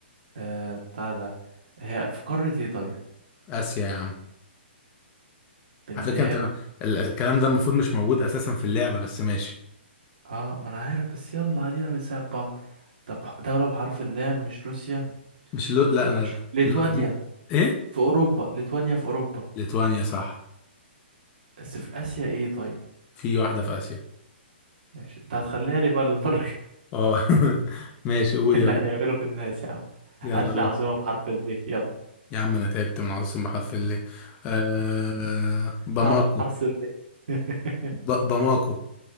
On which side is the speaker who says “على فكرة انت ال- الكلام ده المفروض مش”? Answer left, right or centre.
Left